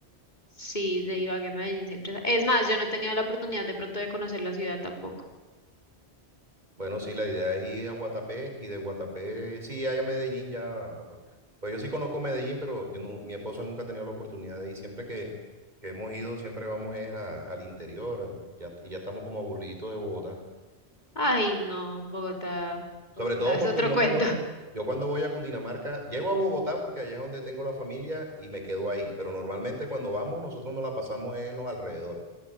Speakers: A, on the left; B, on the right.
A: sí, de Ibagué a Medellín siempre. Es es más, yo no he tenido la oportunidad de pronto de conocer la ciudad tampoco.
B: Bueno, sí, la idea es ir a Guatapé y de Guatapé, sí, allá a Medellín ya. Pues yo sí conozco Medellín, pero yo no, mi esposa nunca ha tenido la oportunidad de ir. Siempre que, que hemos ido, siempre vamos es a- al interior a- y ya- y ya estamos como aburriditos de Bogotá.
A: Ay, no, Bogotá,
B: Sobre
A: Bogotá
B: todo
A: es
B: porque
A: otro
B: yo
A: cuento.
B: cuando,
A: <laughs>
B: yo cuando voy a Cundinamarca, llego a Bogotá porque allá es donde tengo la familia y me quedo ahí. Pero normalmente cuando vamos, nosotros nos la pasamos en los alrededores.